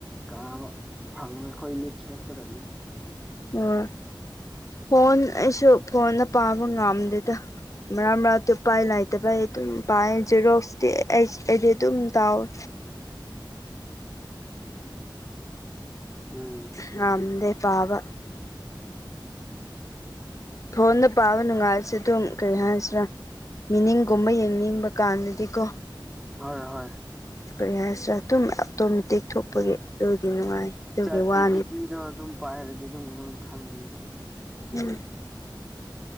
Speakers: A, in the centre; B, on the left.
A: ꯀꯥꯟꯅꯕ ꯐꯪꯉꯣꯢ ꯈꯣꯏ ꯃꯤꯠꯁꯦ ꯁꯣꯛꯀꯗꯕꯅꯤ
B: ꯍꯣꯢ ꯐꯣꯟ ꯑꯩꯁꯨ ꯐꯣꯟꯗ ꯄꯥꯕ ꯉꯝꯗꯦꯗ ꯃꯔꯥꯛ ꯃꯔꯥꯛ ꯎꯄꯥꯏ ꯂꯩꯥꯇꯕꯩ ꯑꯗꯨꯝ ꯄꯥꯏ ꯖꯦꯔꯣꯛꯁꯇꯤ ꯑꯩ ꯑꯩꯗꯤ ꯑꯗꯨꯝ ꯇꯥꯎꯋꯦ
A: ꯎꯝ
B: ꯉꯝꯗꯦ ꯄꯥꯕ ꯐꯣꯟꯗ ꯄꯥꯕ ꯅꯨꯡꯉꯥꯏꯕꯁꯦ ꯑꯗꯨꯝ ꯀꯔꯤ ꯍꯥꯏꯁꯤꯔꯥ ꯃꯤꯅꯤꯡꯒꯨꯝꯕ ꯌꯦꯡꯅꯤꯡꯕ ꯀꯥꯟꯗꯗꯤꯀꯣ
A: ꯍꯣꯏ ꯍꯣꯏ
B: ꯀꯔꯤ ꯍꯥꯏꯁꯤꯔ ꯑꯗꯨꯝ ꯑꯣꯇꯣꯃꯦꯇꯤꯛ ꯊꯣꯛꯄꯒꯤ ꯑꯗꯨꯒꯤ ꯅꯨꯡꯉꯥꯏ ꯑꯗꯨꯒꯤ
A: ꯆꯠ
B: ꯋꯥꯅꯤ
A: ꯖꯤꯄꯤꯇꯤꯗꯣ ꯑꯗꯨꯝ ꯄꯥꯏꯔꯗꯤ ꯑꯗꯨꯝ ꯂꯣꯏ ꯈꯪꯕꯅꯤꯗ
B: ꯎꯝ